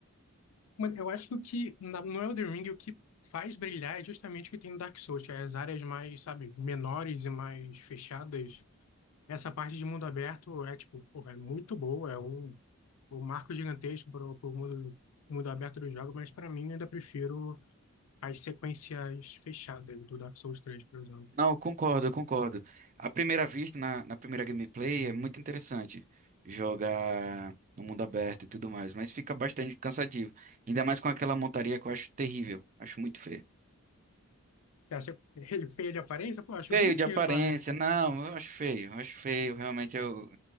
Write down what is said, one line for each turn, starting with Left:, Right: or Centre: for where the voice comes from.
Left: Mano, eu acho que o que na- no Elden Ring o que faz brilhar é justamente o que tem no Dark Souls, que é as áreas mais, sabe, menores e mais fechadas. Essa parte de mundo aberto é tipo, porra, é muito boa, é um, um marco gigantesco para o mundo, mundo aberto do jogo, mas para mim eu ainda prefiro as sequências fechadas do Dark Souls 3, por exemplo.
Right: Não, concordo, eu concordo. À primeira vista, na, na primeira gameplay, é muito interessante jogar no mundo aberto e tudo mais, mas fica bastante cansativo. Ainda mais com aquela montaria que eu acho terrível, acho muito feio.
Left: Você acha ele feio de aparência? Pô, eu acho
Right: Feio
Left: bonitinho
Right: de aparência,
Left: o Torrent.
Right: não, eu acho feio, eu acho feio, realmente eu